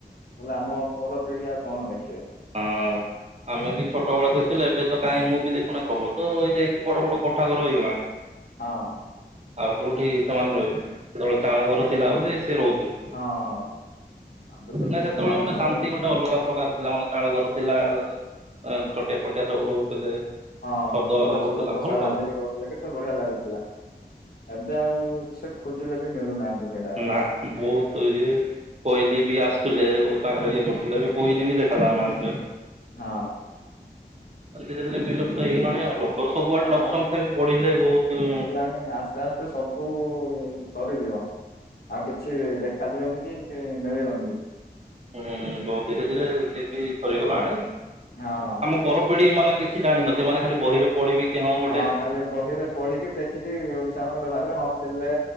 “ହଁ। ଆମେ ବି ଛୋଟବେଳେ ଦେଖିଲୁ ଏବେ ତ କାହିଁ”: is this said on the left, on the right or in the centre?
Right